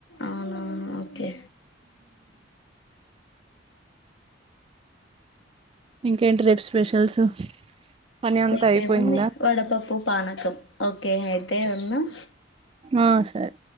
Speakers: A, on the left; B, on the right.
A: అవునా ఓకే
B: ఇంకేంటి రేపు స్పెషల్స్ పని అంతా
A: రేపేముంది
B: అయిపోయిందా
A: వడపప్పు పానకం ఓకే <unintelligible>
B: ఆ సరే